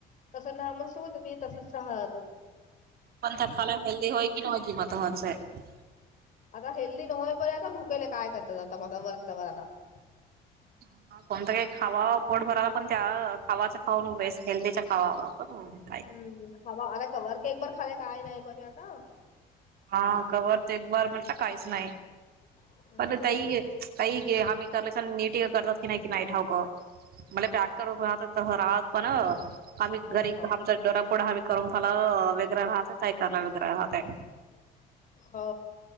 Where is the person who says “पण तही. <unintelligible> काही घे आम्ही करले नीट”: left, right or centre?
Right